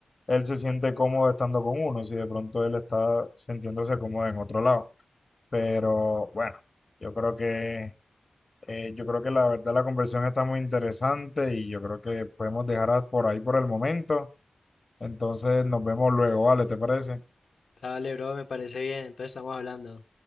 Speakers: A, on the left; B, on the left.
A: él se siente cómodo estando con uno, si de pronto él está sintiéndose cómodo en otro lado. Pero bueno, yo creo que, eh, yo creo que la verdad la conversación está muy interesante y yo creo que podemos dejarla por ahí por el momento. Entonces nos vemos luego, ¿vale? ¿Te parece?
B: Dale, bro, me parece bien, entonces estamos hablando.